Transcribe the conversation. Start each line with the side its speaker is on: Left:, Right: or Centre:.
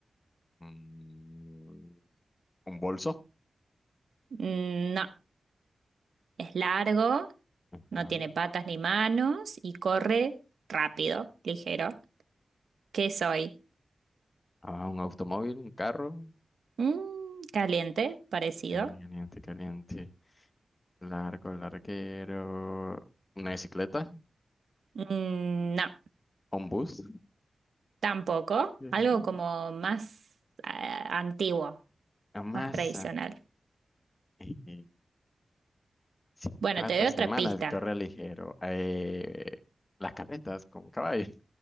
Left: Mm, un bolso.
Right: Mm, No, es largo,
Left: Ajá.
Right: no tiene patas ni manos y corre rápido, ligero. ¿Qué soy?
Left: Ah, un automóvil, un carro.
Right: Mm, caliente, parecido.
Left: Eh, Caliente, caliente. Largo, larguero. Una bicicleta.
Right: Mm, No,
Left: Ombus,
Right: tampoco.
Left: Sí.
Right: Algo como más eh, antiguo,
Left: Amasa,
Right: más tradicional.
Left: <laughs> eh, sin
Right: Bueno,
Left: patas
Right: te doy otra
Left: ni manos,
Right: pista.
Left: corre ligero. eh, las carretas con caballos.